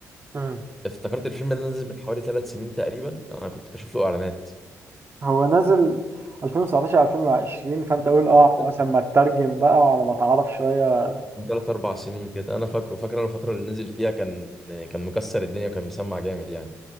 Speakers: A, on the right; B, in the centre.
A: مم.
B: افتكرت الفيلم اللي نزل من حوالي ثلاث سنين تقريبا انا كنت بشوف له اعلانات
A: هو نازل 2019 2020 فانت قول اه
B: آه،
A: على مثلا ما تترجم بقى وعلى ما تعرف شويه
B: من ثلاث اربع سنين كده انا فاكره فاكر انا الفتره اللي نزل فيها كان كان مكسر الدنيا وكان مسمع جامد يعني